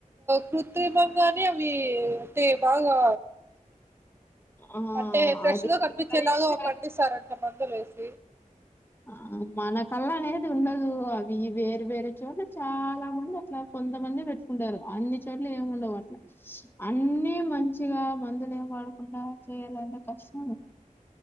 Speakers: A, on the right; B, on the left.
A: కృత్రిమంగానే అవి అంటే బాగా
B: ఆ
A: అంటే ఫ్రెష్
B: అది
A: గా కనిపించేలాగా
B: ఇక్కడ
A: పండిస్తారంట మందులు వేసి
B: ఆ మనకల్లా అనేది ఉండదు అవి వేరు వేరు చోట్ల చాలా మంది అట్లా కొంతమంది పెట్టుకుంటారు అన్ని చోట్ల ఏమి ఉండవు అట్లా అన్నీ మంచిగా మందులు ఏం వాడకుండా చేయాలంటే కష్టమూ.